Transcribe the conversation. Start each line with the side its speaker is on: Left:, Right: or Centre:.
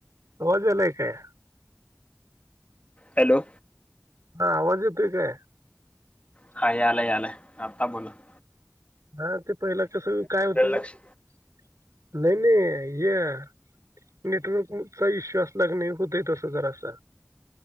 Right: आवाज यायलाय काय माझा -
Left: हॅलो
Right: हा आवाज येतोय काय -
Left: हा यायलय यायलाय आत्ता बोला -
Right: हा ते पहिला कसं काय होतं
Left: लक्ष
Right: ते- नाही नाही ये- नेटवर्कचा इश्यू असला क नाही होतय तस जरा अस-